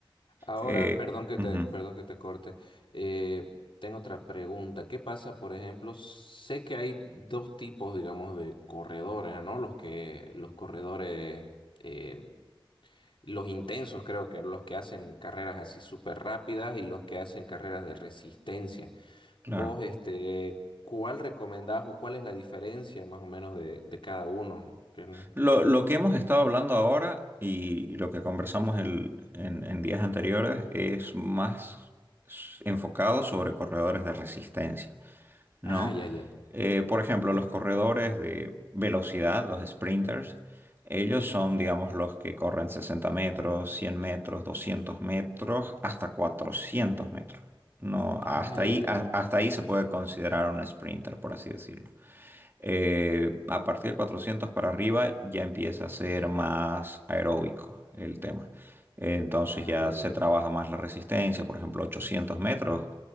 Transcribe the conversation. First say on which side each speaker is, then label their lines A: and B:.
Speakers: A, on the left; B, on the right.
A: Ahora,
B: Eh,
A: perdón que
B: ujú,
A: te, perdón que te corte. Eh, tengo otra pregunta. ¿Qué pasa, por ejemplo? Sé que hay dos tipos, digamos, de corredores, ¿no? Los que, los corredores, eh, los intensos, creo que los que hacen carreras así súper rápidas y los que hacen carreras de resistencia.
B: claro.
A: Vos, este, ¿cuál recomendás o cuál es la diferencia más o menos de, de cada uno? Que no-
B: Lo, lo que hemos estado hablando ahora y lo que conversamos el- en, en días anteriores es más s- enfocado sobre corredores de resistencia, ¿no?
A: Ah, ya, ya.
B: Eh, por ejemplo, los corredores de velocidad, los sprinters, ellos son, digamos, los que corren 60 metros, 100 metros, 200 metros, hasta 400 metros. No, hasta
A: Ah, ya,
B: ahí,
A: ya.
B: a- hasta ahí se puede considerar un sprinter, por así decirlo. Eh, a partir de 400 para arriba ya empieza a ser más aeróbico el tema. Eh, Entonces
A: Ah,
B: ya se
A: ya, ya.
B: trabaja más la resistencia, por ejemplo, 800 metros,